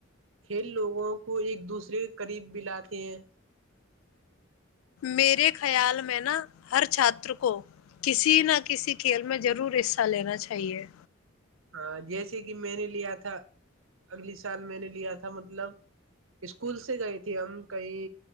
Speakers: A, on the right; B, on the left.
A: کھیل لوگوں کو ایک دوسرے کے قریب بلاتے ہیں
B: میرے خیال میں نا ہر چھاتر کو کسی نہ کسی کھیل میں ضرور حصہ لینا چاہیے
A: ہاں جیسے کہ میں نے لیا تھا اگلی سال میں نے لیا تھا مطلب اسکول سے گئے تھے ہم کہیں